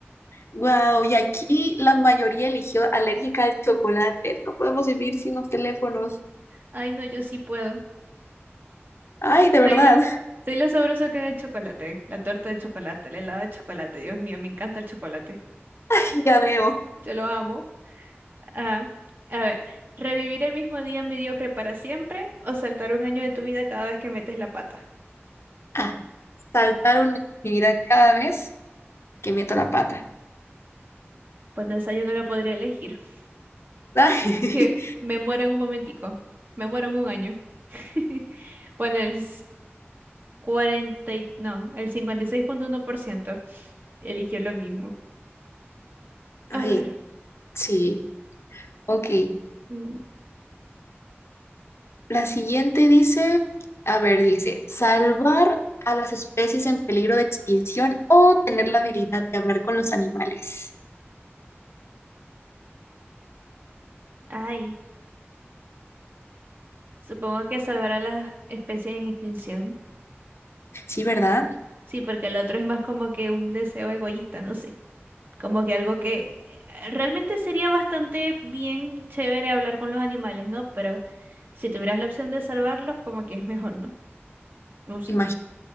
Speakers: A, on the left; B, on the right.
A: Wow, y aquí la mayoría eligió alérgica al chocolate. No podemos vivir sin los teléfonos.
B: Ay, no, yo sí puedo.
A: Ay, de verdad,
B: Soy lo, soy lo sabroso que es el chocolate, la torta de chocolate, el helado de chocolate. Dios mío, me encanta el chocolate.
A: <laughs> ya veo.
B: Yo lo amo. Ah, a ver, ¿revivir el mismo día mediocre para siempre o saltar un año de tu vida cada vez que metes la pata?
A: Ah, saltar una actividad cada vez que meto la pata.
B: Pues de esa yo no lo podría elegir. <laughs>
A: <laughs> Ay,
B: Que me muero en un momentico. Me muero en un año. <laughs> Bueno, el cuarenta y- no, el cincuenta y seis punto uno por ciento eligió lo mismo.
A: ay,
B: A ver.
A: sí, ok.
B: mm,
A: La siguiente dice, a ver, dice, salvar a las especies en peligro de extinción o tener la habilidad de hablar con los animales.
B: Ay, supongo que salvar a las especies en extinción.
A: Sí, ¿verdad?
B: Sí, porque el otro es más como que un deseo egoísta, no sé. Como que algo que eh, realmente sería bastante bien chévere hablar con los animales, ¿no? Pero si tuvieras la opción de salvarlos, como que es mejor, ¿no? No sé.
A: Imagínate.